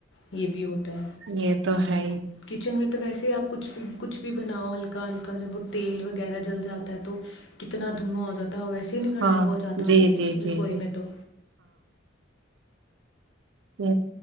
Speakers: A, on the left; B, on the right.
A: یہ بھی ہوتا ہے
B: یہ تو ہے ہی
A: کچن میں تو ویسے ہی آپ کچھ بھی کچھ بھی بناؤ کلکا ج وہ تیل وغیرہ جل جاتا ہے تو کتنا دھواں ہو جاتا ہے کھا ویسے ہی نہیں کھڑا
B: ہاں
A: ہوا جاتا
B: جی جی جی
A: رسوئی
B: جی
A: میں تو
B: ہچ <unintelligible>